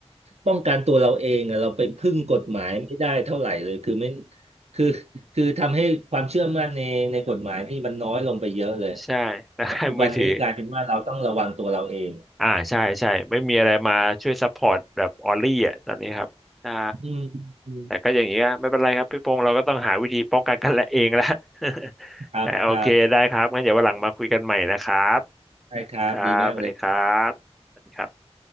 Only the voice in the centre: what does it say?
<laughs> ใช่แล้วค่ายมือถือ
อ่าใช่ใช่ไม่มีอะไรมาช่วยซัพพอร์ตแบบออลลี่อ่ะตอนนี้ครับใช่
แต่ก็อย่างนี้ก็ไม่เป็นไรครับพี่พงษ์เราก็ต้องหาวิธีป้องกันกันและเองละ <laughs>
แต่โอเคได้ครับงั้นเดี๋ยววันหลังมาคุยกันใหม่นะครับ
ครับสวัสดีครับสวัสดีครับ